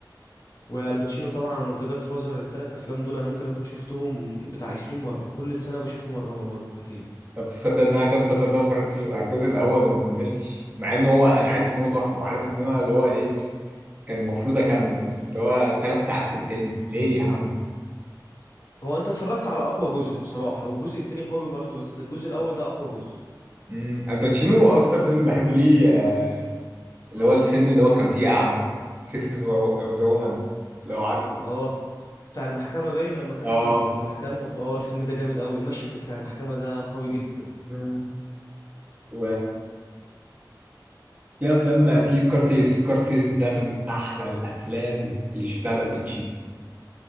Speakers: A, on the left; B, on the right.
A: والباتشينو طبعا ذا جاد فازر التلات افلام دول انا ممكن اكون شفتهم بتاع 20 مره كل سنه بشوفه مره أو مرتين
B: طب تصدق ان انا جاد فازر ده ما اتفرجتش غير على الجزء الاول وما كملتش مع ان هو انا عارف ان هو تحفه وعارف ان انا اللي هو ايه كان المفروض اكمل بس اللي هو ثلاث ساعات في الفيلم ليه يا عم
A: هو انت اتفرجت على اقوى جزء بصراحه والجزء التاني قوي برضه بس الجزء الاول ده اقوى جزء
B: امم الباتشينو اكتر فيلم بحبه ليه آه، اللي هو الفيلم اللي هو كان فيه اعمى سيكريت اوف ذا وومن لو عارفه
A: اه بتاع المحكمه باين لما كان
B: اه
A: في المحكمه اه الفيلم ده جامد قوي المشهد بتاع المحكمه ده قوي جدا
B: مم. و في افلام في سكارفيس سكارفيس ده من احلى الافلام اللي شفتها لالباتشينو